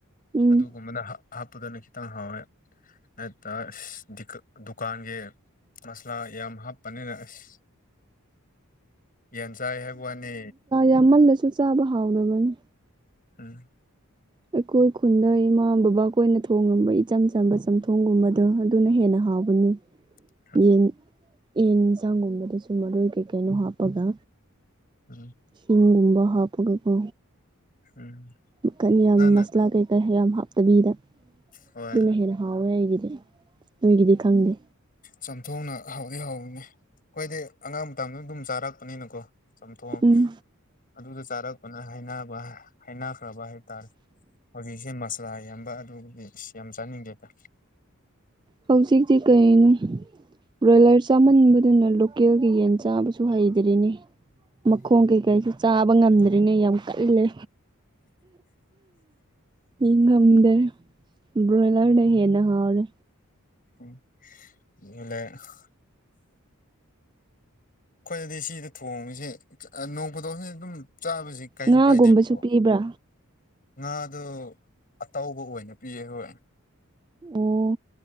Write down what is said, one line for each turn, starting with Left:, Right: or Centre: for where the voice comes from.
Right: ꯎꯝ
Left: ꯑꯗꯨꯒꯨꯝꯕꯅ ꯍꯥꯞ ꯍꯥꯞꯄꯗꯨꯅ ꯈꯤꯇꯪ ꯍꯥꯎꯋꯦ <unintelligible> ꯑꯁ ꯗꯤꯀꯛ ꯗꯨꯀꯥꯟꯒꯤ ꯃꯁꯂꯥ ꯌꯥꯝ ꯍꯥꯞꯄꯅꯤꯅ ꯑꯁ ꯌꯦꯟ ꯆꯥꯏ ꯍꯥꯏꯕꯋꯅꯦ
Right: ꯌꯥꯝꯃꯟꯂꯁꯨ ꯆꯥꯕ ꯍꯥꯎꯇꯕꯅꯤ
Left: ꯎꯝ
Right: ꯑꯩꯈꯣꯏ ꯈꯨꯟꯗ ꯏꯃꯥ ꯕꯕꯥ ꯈꯣꯏꯅ ꯊꯣꯡꯉꯝꯕ ꯏꯆꯝ ꯆꯝꯕ ꯆꯝꯊꯣꯡꯒꯨꯝꯕꯗꯣ ꯑꯗꯨꯅ ꯍꯦꯟꯅ ꯍꯥꯎꯕꯅꯤ
Left: <unintelligible>
Right: ꯌꯦꯟ ꯌꯦꯟ ꯑꯦꯟꯁꯥꯡꯒꯨꯝꯕꯗꯁꯨ ꯃꯔꯣꯏ ꯀꯩꯀꯩꯅꯣ ꯍꯥꯞꯄꯒ
Left: ꯎꯝ
Right: ꯍꯤꯡꯒꯨꯝꯕ ꯍꯥꯞꯄꯒꯀꯣ
Left: ꯎꯝ
Right: ꯃꯈꯟ ꯌꯥꯝ
Left: ꯅꯪꯅ
Right: ꯃꯁꯂꯥ ꯀꯩꯀꯩ ꯌꯥꯝ ꯍꯥꯞꯇꯕꯤꯗ
Left: ꯍꯣꯏ
Right: ꯑꯗꯨꯅ ꯍꯦꯟꯅ ꯍꯥꯎꯋꯦ ꯑꯩꯒꯤꯗꯤ ꯅꯣꯏꯒꯤꯗꯤ ꯈꯪꯗꯦ
Left: ꯆꯥꯝꯊꯣꯛꯅ ꯍꯥꯎꯗꯤ ꯍꯧꯕꯅꯤ ꯑꯩꯈꫭꯏꯗꯤ ꯑꯉꯥꯡ ꯃꯇꯗ ꯑꯗꯨꯝ ꯆꯥꯔꯛꯄꯅꯤꯅꯀꯣ ꯆꯝꯊꯣꯡ
Right: ꯎꯝ
Left: ꯑꯗꯨꯗ ꯆꯥꯔꯛꯄꯅ ꯍꯩꯅꯕ ꯍꯥꯏꯅꯈ꯭ꯔꯕ ꯍꯥꯏꯇꯥꯔꯦ ꯍꯧꯖꯤꯛꯁꯦ ꯃꯁꯂꯥ ꯌꯥꯝꯕ ꯑꯗꯨꯕꯨꯗꯤ ꯌꯥꯝ ꯆꯥꯅꯤꯡꯗꯦꯕ
Right: ꯍꯧꯖꯤꯛꯇꯤ ꯀꯩꯅꯣ ꯕ꯭ꯔꯣꯏꯂꯔ ꯆꯥꯃꯟꯕꯗꯨꯅ ꯂꯣꯀꯦꯜꯒꯤ ꯌꯦꯟ ꯆꯥꯕꯁꯨ ꯍꯩꯗ꯭ꯔꯤꯅꯦ ꯃꯈꯣꯡ ꯀꯩꯀꯩꯁꯨ ꯆꯥꯕ ꯉꯝꯗ꯭ꯔꯤꯅꯦ ꯌꯥꯝ ꯀꯜꯂꯦ ꯏꯉꯥꯝꯗꯦ ꯕ꯭ꯔꯣꯌꯂꯔꯅꯦ ꯍꯦꯟꯅ ꯍꯥꯎꯔꯦ
Left: <unintelligible> ꯑꯩꯈꯣꯏꯅꯗꯤ ꯁꯤꯗ ꯊꯣꯡꯉꯁꯤ ꯅꯣꯡꯄꯗꯣꯛꯖꯤ ꯑꯗꯨꯝ ꯆꯥꯕꯁꯤ ꯀꯥꯏꯁꯨ
Right: ꯉꯥꯒꯨꯝꯕꯁꯨ
Left: ꯀꯥꯏꯗꯦꯕꯀꯣ
Right: ꯄꯤꯕ꯭ꯔꯥ
Left: ꯉꯥꯗꯨ ꯑꯇꯧꯕ ꯑꯣꯏꯅ ꯄꯤꯌꯦ ꯍꯣꯏ
Right: ꯑꯣ